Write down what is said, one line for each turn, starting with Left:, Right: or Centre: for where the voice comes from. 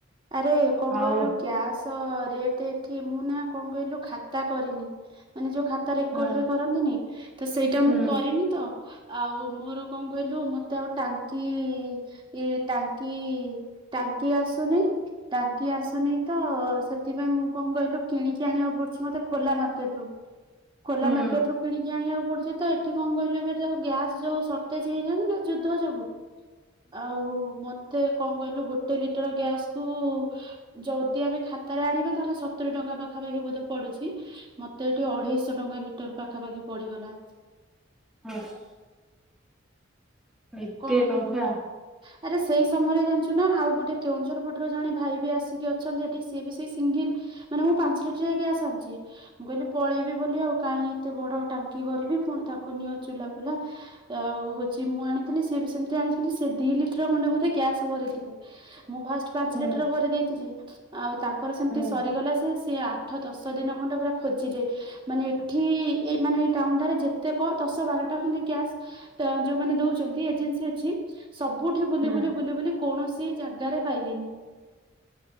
Right: ଆରେ କଣ କହିଲୁ
Centre: ଆଉ
Right: ଗ୍ୟାସ ରେଟ୍ ଏଠି ମୁଁ ନା କଣ କହିଲୁ ଖାତା କରିନି। ମାନେ ଯୋଉ ଖାତା ରେକର୍ଡ
Centre: ହଁ
Right: ରେ କରନ୍ତିନି, ତ ସେଇଟା
Centre: ହୁଁ
Right: ମୁଁ କରିନି ତ। ଆଉ, ମୋର କଣ କହିଲୁ, ମତେ ଆଉ ଟାଙ୍କି ଏଇ ଟାଙ୍କି, ଟାଙ୍କି ଆସୁନେଈ ତ ଟାଙ୍କି ଆସୁନେଇ ତ ସେଥିପାଇଁ ମୁଁ କଣ କହିଲୁ, କିଣିକି ଆଣିବାକୁ ପଡୁଛି ମତେ ଖୋଲା ମାର୍କେଟ ରୁ। ଖୋଲା
Centre: ହୁଁ
Right: ମାର୍କେଟ ରୁ କିଣିକି ଆଣିବାକୁ ପଡୁଚି ତ। ଏଠି କଣ କହିଲେ ଏ ଗ୍ୟାସ୍ ଯୋଉ ସ ତ ସେଇ ଯୋଗୁ ନା ଯ ତ ଯୋଗୁଁ ଆଉ, ମତେ କଣ କହିଲୁ। ଗୋଟେ ଲିଟର ଗ୍ୟାସ୍ କୁ ଯଦି ଆମେ ଖାତାରେ ଆଣିବା ତାହେଲେ, ସତୁରି ଟଙ୍କା ପାଖାପାଖି ବୋଧେ ପଡୁଛି। ମତେ ଏଠି ଅଢେଇଶହ ଟଙ୍କା ଲିଟର ପାଖାପାଖି ପଡିଗଲା।
Centre: ହଉ ଛ। ଏତେ
Right: କଣ
Centre: ଟଙ୍କା
Right: କରିବି? ଆରେ ସେଇ ସମୟରେ ଜାଣିଛୁ ନା ଆଉ, ଗୋଟେ କେଉଁଝର ପଟର ଜଣେ ଭାଇ ବି ଆସିକି ଅଛନ୍ତି ଏଠି ସିଏ ବି ସେଇ ସିଙ୍ଗିଲ୍ ମାନେ ମୁଁ ପାଞ୍ଚ ଲିଟିରିଆ ଗ୍ୟାସ୍ ଆଣୁଛି। ମୁଁ କହିଲି ପଳେଇବି ବୋଲି ଆଉ, କାଇଁ ଏତେ ବଡ ଟାଙ୍କି କରିବି ପୁଣି ତାକୁ ନିଅ ଚୁଲା ଫୁଲା ଆଉ, ହଉଛି ମୁଁ ଆଣିଥିଲି ସେ ସେଏଭି ସେମିତି ଆଣିଛନ୍ତି! ସେ ଦି ଲିଟର ଖଣ୍ଡେ ବୋଧେ ଗ୍ୟାସ୍ ଭରି ଥିଲେ। ମୁଁ ଫାଷ୍ଟ ପାଞ୍ଚ
Centre: ହୁଁ
Right: ଲିଟର ଭରି ଦେଇଥିଲି। ଆଉ ତାଙ୍କର ସେମିତି
Centre: ହୁଁ
Right: ସରିଗଲା ସେ ସେଆ ଆଠ ଦଶ ଦିନ ଖଣ୍ଡେ ପୁରା ଖୋଜିଲେ।। ମାନେ ଏଠି ଏଇ ମାନେ ଏଇ ଟାଉନ୍ ଟାରେ ଯେତେ କ ଦଶ ବାରଟା ଖଣ୍ଡେ ଗ୍ୟାସ୍ ତ ଯୋଉମାନେ ଦଉଛନ୍ତି ଏଜେନ୍ସି ଅଛି ସବୁଠି ବୁଲି
Centre: ହୁଁ
Right: ବୁଲି ବୁଲି ବୁଲି କୌଣସି ଜାଗାରେ ପାଇଲେନି।